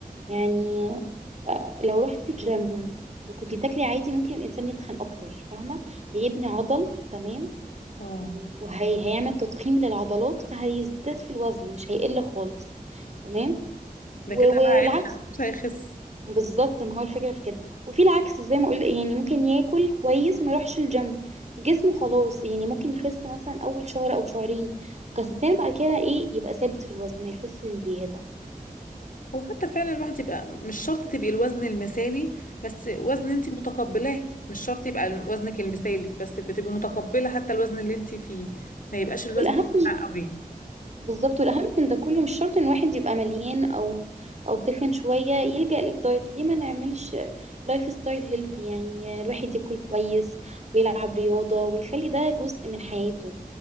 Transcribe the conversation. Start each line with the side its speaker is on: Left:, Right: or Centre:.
Right: يعني آه، لو رحت جيم وكنت بتاكلي عادي ممكن الانسان يتخن اكتر فاهمه هيبني عضل تمام
Left: اه
Right: وهيعمل تضخيم للعضلات فهيزداد في الوزن مش هيقل خالص تمام
Left: ده
Right: و-
Left: كده
Right: والعكس
Left: بقى هيتخن مش هيخس
Right: بالظبط ما هو الفكره في كده وفي العكس زي ما قلت يعني ممكن ياكل كويس وما يروحش الجيم جسمه خلاص يعني ممكن يخس مثلا اول شهر او شهرين خسسان بعد كده ايه يبقى ثابت في الوزن ما يخسش زياده
Left: وحتى فعلا الواحد يبقى مش شرط تبقي الوزن المثالي بس وزن
Right: مهم.
Left: انت متقبلاه مش شرط يبقى وزنك المثالي بس بتبقي متقبلة حتى الوزن اللي انت فيه ما يبقاش الوزن
Right: والاهم
Left: بتاع قوي
Right: بالظبط والاهم من ده كله مش شرط ان واحد يبقى مليان او او تخن شويه يلجأ للدايت ليه ما نعملش لايف ستايل هيلثي يعني الواحد ياكل كويس ويلعب رياضه ويخلي ده جزء من حياته